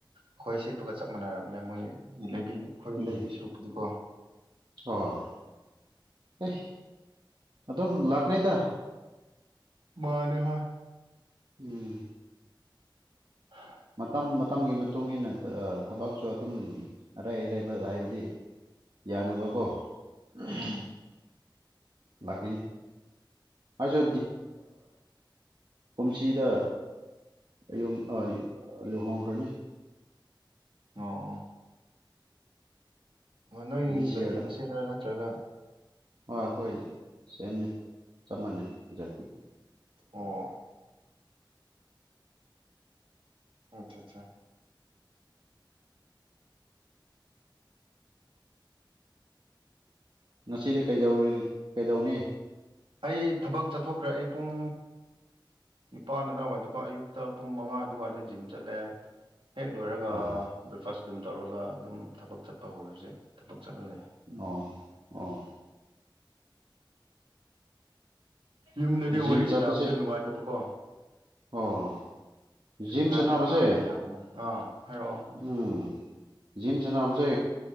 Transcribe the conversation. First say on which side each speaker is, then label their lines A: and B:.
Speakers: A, on the right; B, on the right.
A: ꯑꯩꯈꯣꯏ ꯁꯦꯠꯄꯒ ꯆꯞ ꯃꯥꯟꯅꯔꯕꯅꯦ ꯃꯣꯏꯒꯤ ꯂꯩꯕꯤ ꯑꯩꯈꯣꯏ
B: ꯎꯝ
A: ꯂꯩꯕ ꯁ ꯂꯨꯛꯄꯨꯗꯤꯀꯣ
B: ꯍꯣꯏ ꯑꯦ ꯑꯗꯨꯝ ꯂꯥꯛꯀꯅꯤꯗ
A: ꯃꯥꯅꯦ ꯃꯥꯅꯦ
B: ꯎꯝ
A: <unintelligible>
B: ꯃꯇꯝ ꯃꯇꯝꯒꯤ ꯃꯇꯨꯡ ꯏꯟꯅ ꯊꯕꯛꯁꯨ ꯑꯗꯨꯝ ꯑꯔꯩ ꯑꯔꯥꯏꯕ ꯍꯥꯏꯕꯗꯤ ꯌꯥꯅꯕꯀꯣ <unintelligible>
A: ꯎꯝ
B: ꯂꯥꯛꯀꯦꯅꯤ ꯑꯩꯁꯨ ꯀꯨꯝꯁꯤꯗ ꯌꯨꯝ ꯂꯨꯍꯣꯡꯈ꯭ꯔꯥꯅꯤ
A: ꯑꯣ ꯅꯣꯏꯒꯤ
B: ꯗꯤꯁ
A: ꯖꯥꯇꯤ
B: ꯌꯔꯗ
A: ꯃꯁꯦꯟꯗꯥ ꯅꯠꯇ꯭ꯔꯒ
B: ꯍꯣꯏ ꯑꯩꯈꯣꯏ ꯁꯦꯝꯅꯤ ꯆꯞ ꯃꯥꯅꯦ ꯖꯥꯠꯇꯤ
A: ꯑꯣ ꯑꯆꯥ ꯑꯠꯆꯥ
B: ꯉꯁꯤꯗꯤ ꯀꯩꯗꯧꯅꯤ
A: ꯑꯩ ꯊꯕꯛ ꯆꯠꯊꯣꯛꯈ꯭ꯔꯦ ꯑꯩ ꯄꯨꯡ ꯅꯤꯄꯥꯟ ꯑꯗꯨꯋꯥꯏꯋꯥꯏꯗꯀꯣ ꯑꯌꯨꯛꯇ ꯄꯨꯡ ꯃꯉꯥ ꯑꯗꯨꯋꯥꯏꯗ ꯖꯤꯝ ꯆꯠꯂꯦ ꯍꯦꯛ ꯂꯣꯏꯔꯒ
B: ꯑꯣ
A: ꯕ꯭ꯔꯦꯛꯐꯥꯁ ꯑꯗꯨꯝ ꯇꯧꯔꯒ ꯑꯗꯨꯝ ꯊꯕꯛ ꯆꯠꯄ ꯍꯧꯔꯁꯦ ꯊꯕꯛ ꯆꯠꯍꯜꯂ
B: ꯑꯣ ꯑꯣ
A: ꯌꯨꯝꯗꯗꯤ
B: ꯖꯤꯝ
A: ꯋꯥꯔꯤ ꯁꯥꯅꯕꯗ
B: ꯆꯠꯄꯁꯦ
A: ꯅꯨꯡꯉꯥꯏꯇꯕꯀꯣ
B: ꯑꯣ ꯖꯤꯝ
A: ꯍꯥꯏꯕꯗꯤ
B: ꯁꯥꯟꯅꯕꯁꯦ
A: ꯑꯉꯥꯡꯈꯣꯢ ꯌꯥꯝꯅ ꯑꯥ ꯍꯥꯏꯔꯛꯑꯣ
B: ꯎꯝ ꯖꯤꯝ ꯁꯥꯟꯅꯕꯁꯦ